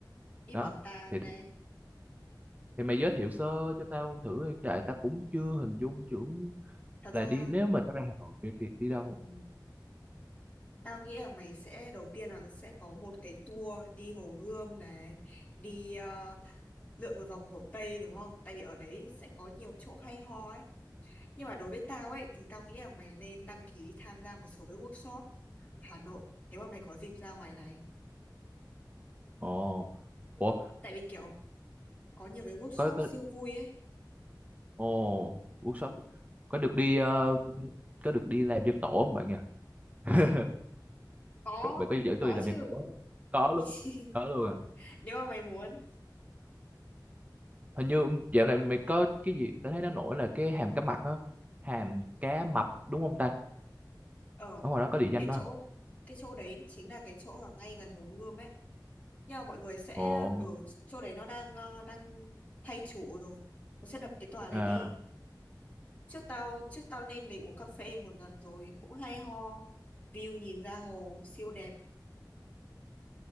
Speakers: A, on the left (about 20°); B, on the right (about 20°).
A: Đi
B: đó
A: bảo tàng
B: thì
A: này.
B: thì mày giới thiệu sơ cho tao thử tại tao cũng chưa hình dung tưởng
A: Thật
B: là
A: ra,
B: đi nếu mà tao ra Hà Nội thì đi đâu
A: ừ, tao nghĩ là mày sẽ đầu tiên là sẽ có một cái tour đi Hồ Gươm này, đi ờ, lượn một vòng Hồ Tây đúng không? Tại vì ở đấy sẽ có nhiều chỗ hay ho ấy. Nhưng mà đối với tao ấy thì tao nghĩ là mày nên đăng ký tham gia một số cái workshop Hà Nội nếu mà mày có dịp ra ngoài này.
B: Ồ, ủa,
A: Tại vì kiểu có nhiều cái workshop
B: có có
A: siêu vui ấy.
B: ồ, workshop có được đi ờ, có được đi làm dân tổ không bạn nhỉ? <laughs>
A: Có,
B: Bạn có dẫn
A: có
B: tôi đi làm
A: chứ.
B: dân tổ? không? Có luôn.
A: <laughs>
B: Có luôn à.
A: nếu mà mày muốn
B: Hình như dạo này mày có cái gì tao thấy nó nổi là cái hàm cá mập á, hàm cá mập đúng không ta?
A: ở
B: Ở ngoài đó có địa danh
A: cái
B: đó.
A: chỗ cái chỗ đấy chính là cái chỗ ở ngay gần Hồ Gươm ấy nhưng mà mọi người sẽ
B: Ồ,
A: ở chỗ đấy nó đang ờ, đang thay chủ rồi nó sẽ đập cái tòa đấy
B: à,
A: đi trước tao trước tao lên đấy uống cà phê một lần rồi cũng hay ho view nhìn ra hồ siêu đẹp